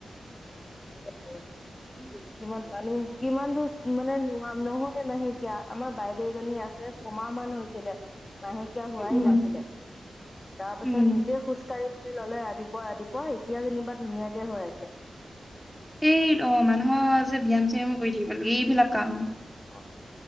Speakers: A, on the left (about 20°); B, in the centre.
A: <unintelligible>
B: উম
A: কিমান মানুহ কিমান দ মানে নোৱাৰ নহয় মাহেকীয়া আমাৰ বাইদেউ এজনী আছে। ছমাহ মান হৈছিলে মাহেকীয়া হোৱাই
B: উম
A: নাছিলে তাৰ পিছত
B: উম
A: নিজে খোজ কাঢ়ি ললে ৰাতিপুৱা ৰাতিপুৱা এতিয়া যেনিবা ধুনীয়াকে হৈ আছে
B: এই অ মানুহৰ যে ব্যায়াম চায়ামো কৰি থাকিব লাগে এইবিলাক কাৰণত
A: অ